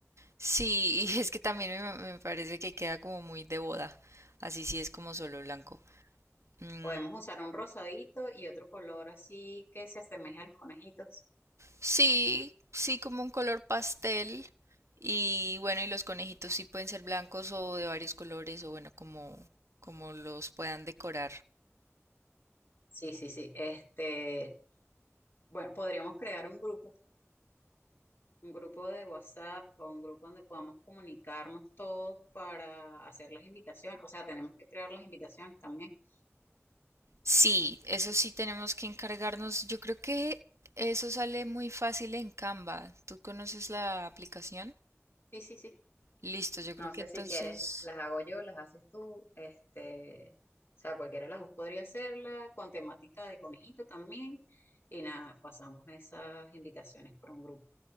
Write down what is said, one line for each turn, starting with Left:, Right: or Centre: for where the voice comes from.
Right: sí, <laughs> y es que también me, me parece que queda como muy de boda, así sí es como solo blanco. Mm,
Left: Podemos usar un rosadito y otro color así que se asemeje a los conejitos.
Right: Sí, sí, como un color pastel. Y bueno, y los conejitos sí pueden ser blancos o de varios colores, o bueno, como, como los puedan decorar.
Left: Sí, sí, sí. Este, bueno, podríamos crear un grupo, un grupo de WhatsApp o un grupo donde podamos comunicarnos todos para hacer las invitaciones. O sea, tenemos que crear las invitaciones también.
Right: Sí, eso sí tenemos que encargarnos. Yo creo que eso sale muy fácil en Canva. ¿Tú conoces la aplicación?
Left: Sí, sí, sí.
Right: Listo, yo
Left: No
Right: creo que
Left: sé
Right: entonces,
Left: si quieres, las hago yo, las haces tú, este, o sea, cualquiera de las dos podría hacerla, con temática de conejito también, y nada, pasamos esas invitaciones por un grupo.